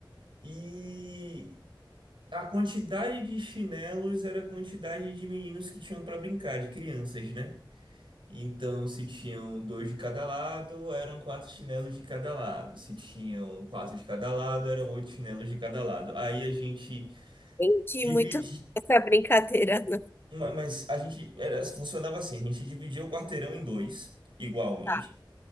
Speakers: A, on the right; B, on the left.
A: E a quantidade de chinelos era a quantidade de meninos que tinham para brincar, de crianças, né? Então, se tinham dois de cada lado, eram quatro chinelos de cada lado. Se tinham quatro de cada lado, eram oito chinelos de cada lado. Aí a gente.
B: Entendi
A: dividia
B: muito <laughs> essa brincadeira, não.
A: Ma- Mas a gente era, funcionava assim, a gente dividia o quarteirão em dois, igualmente.
B: Tá,